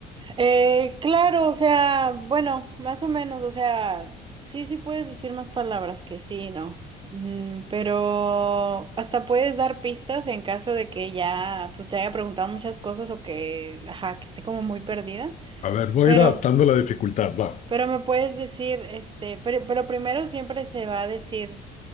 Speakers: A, on the right (about 30°); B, on the left (about 45°).
A: Eh, claro, o sea, bueno, más o menos, o sea, sí, sí puedes decir más palabras que sí, no, Mm, pero hasta puedes dar pistas en caso de que ya, pues te haya preguntado muchas cosas o que, ajá, que esté como muy perdida,
B: A ver, voy
A: pero,
B: a ir adaptando la dificultad, va.
A: pero me puedes decir, este, pero, pero primero siempre se va a decir